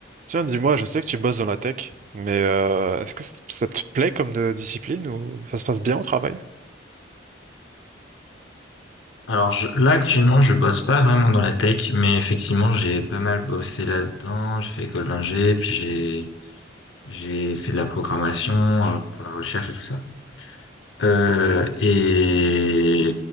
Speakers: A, on the right; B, on the left.
A: Tiens, dis-moi, je sais que tu bosses dans la tech, mais euh, est-ce que ça te, ça te plaît comme de- discipline ou ça se passe bien au travail?
B: Alors je- là actuellement je bosse pas vraiment dans la tech, mais effectivement j'ai pas mal bossé là-dedans. J'ai fait école d'ingé, puis j'ai j'ai fait de la programmation euh, pour la recherche et tout ça. Euh, et